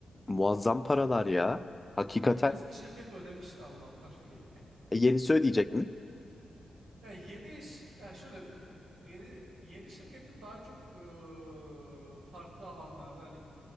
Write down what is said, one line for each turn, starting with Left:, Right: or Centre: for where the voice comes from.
Left: muazzam paralar ya. Hakikaten.
Right: Benim eski şirket ödemişti Allah'tan. <laughs>
Left: E, yenisi ödeyecek mi?
Right: Ya yeni ş- ya şöyle yeni yeni şirketim daha çok eee, farklı alanlarda hani